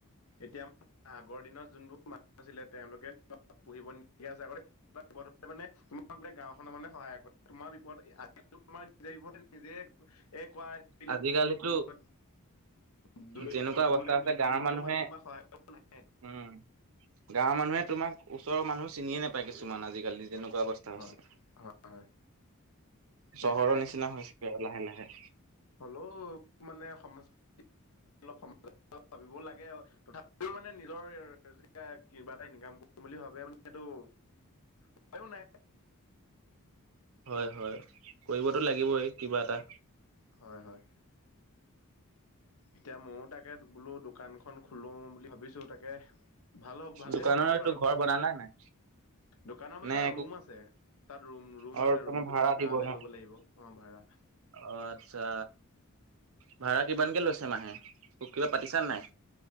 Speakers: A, on the left; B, on the right.
A: এতিয়া আ আগৰ দিনত যোনবোৰ মানুহ আছিলে, তেওঁলোকে পুহিব নিদিয়ে যে আগতে মানে তোমাৰ বিপদৰ সময়ত মানে গাঁওখনৰ মানহে সহায় কৰে তোমাৰ বিপদ <unintelligible> নিজে এই কোৱা এই
B: আজিকালিতো
A: কোৱা কোনোবা মানে
B: যেনেকুৱা অৱস্থা আছে
A: দুই
B: গাঁৱৰ
A: নম্বৰতো
B: মানুহে
A: মানুহ তোমাক সহায় নাহে
B: উম, গাঁৱৰ মানুহে তোমাক ওচৰৰ মানুহ চিনিয়ে নাপায়, কিছুমান আজিকালি যেনেকুৱা ব্য স্ত
A: হয়
B: আছে
A: হয় হয় সেইকাৰণে
B: চহৰৰ নিচিনা হৈছে গৈ আৰু লাহে লাহে।
A: হ'লেও মানে, সমাজ অলপ সমাজৰ কথা ভাবিব লাগে আৰু, তথাপিও মানে নিজৰ যেতিয়া কিবা এটা ইনকাম কৰিম বুলি ভাবে মানে এইটো
B: <inaudible>
A: উপাইও নাই।
B: হয় হয় কৰিবতো লাগিবই কিবা এটা।
A: হয় হয়, এতিয়া মইয়ো তাকে বোলো দোকান খন খোলো বুলি ভাবিছো তাকে ভাল হব ভালেই
B: দোকানৰ
A: হ'বনে
B: এইটো
A: বাৰু,
B: ঘৰ বনালা নাই
A: দোকান মানে
B: নে
A: এটা
B: একো
A: ৰুম আছে। তাত ৰুম ৰুম
B: আৰু
A: আছে
B: তোমাৰ
A: ৰুমটো
B: ভাড়া
A: মানে ভাড়ালৈ
B: দিব ন?
A: ল'ব লাগিব অ' ভাড়া।
B: অ' আচ্ছা, ভাড়া কিমানকে লৈছে মাহে কিবা পাতিছা নাই?